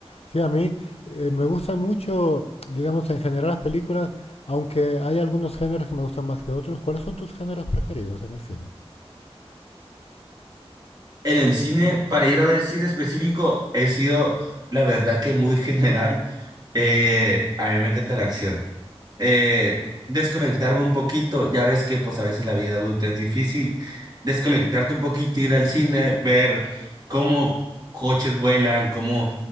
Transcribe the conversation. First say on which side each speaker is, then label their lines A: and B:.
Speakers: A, on the left (about 75°); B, on the right (about 40°).
A: Sí, a mí eh, me gusta mucho, digamos, en general las películas, aunque hay algunos géneros que me gustan más que otros. ¿Cuáles son tus géneros preferidos en el cine?
B: En el cine, para ir a ver cine específico, he sido, la verdad que muy <laughs> general. Eh, a mí me encanta la acción. Eh, desconectarme un poquito, ya ves que pues a veces la vida adulta es difícil. Desconectarte un poquito, ir al cine, ver cómo coches vuelan, cómo